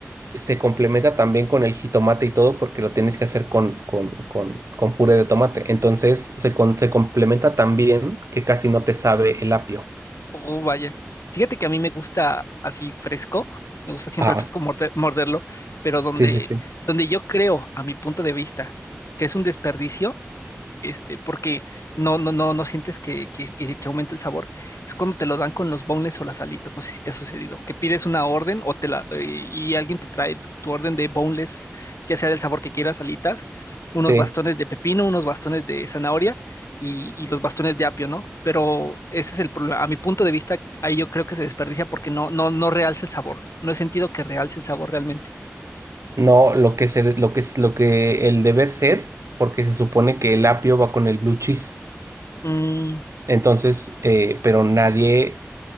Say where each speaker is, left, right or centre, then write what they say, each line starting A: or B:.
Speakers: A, on the right; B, on the left.
A: se complementa también con el jitomate y todo porque lo tienes que hacer con, con, con, con puré de tomate. Entonces se, con- se complementa también que casi no te sabe el apio.
B: Oh, vaya. Fíjate que a mí me gusta así fresco, me gusta siempre
A: Ah,
B: fresco morde- morderlo, pero donde,
A: sí, sí, sí.
B: donde yo creo, a mi punto de vista, que es un desperdicio, este, porque no, no, no, no sientes que, que, que, que aumente el sabor, es cuando te lo dan con los boneless o las alitas, no sé si te ha sucedido, que pides una orden o te la, eh, y alguien te trae tu tu orden de boneless, ya sea del sabor que quieras, alitas, unos
A: Sí.
B: bastones de pepino, unos bastones de zanahoria y, y los bastones de apio, ¿no? Pero ese es el problema. A mi punto de vista, ahí yo creo que se desperdicia porque no, no, no realza el sabor. No he sentido que realce el sabor realmente.
A: No, lo que se, lo que es lo que el deber ser, porque se supone que el apio va con el blue cheese.
B: Mm,
A: Entonces, eh, pero nadie,